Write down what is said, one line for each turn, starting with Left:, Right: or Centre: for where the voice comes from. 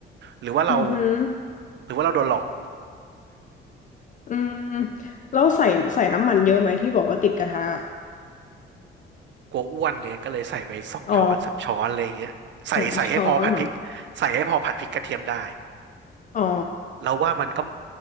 Right: หรือว่าเรา
Left: อือหือ
Right: หรือว่าเราโดนหลอก
Left: อืมแล้วใส่ใส่น้ำมันเยอะไหมที่บอกว่าติดกระทะ
Right: กลัวอ้วนไงก็เลยใส่ไปสองช้อนสามช้อนอะไรเงี้ยใส่ใส่ให้พอผัดพริกใส่ให้พอผัดพริกกระเทียมได้
Left: อ๋อสองช้อนเหรออ๋อ
Right: เราว่ามันก็